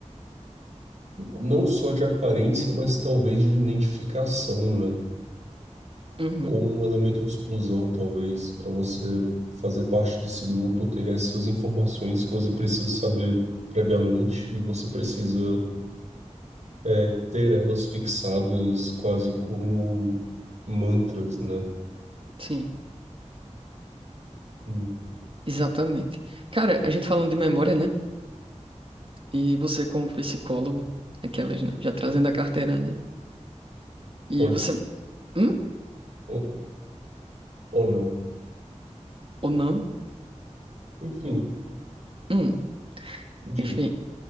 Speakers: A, on the right (about 65°); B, on the right (about 45°).
A: não só de aparência, mas talvez de identificação, né?
B: Uhum,
A: ou um elemento de exclusão, talvez, para você fazer parte desse grupo, ter essas informações que você precisa saber previamente e você precisa é ter elas fixadas quase como mantras, né?
B: sim.
A: Hum,
B: Exatamente. Cara, a gente falando de memória, né? E você como psicólogo, aquelas, né? Já trazendo a carteira, né? E
A: pode,
B: você, hum?
A: ou, ou não.
B: Ou não?
A: Enfim,
B: Hum.
A: diga.
B: Enfim,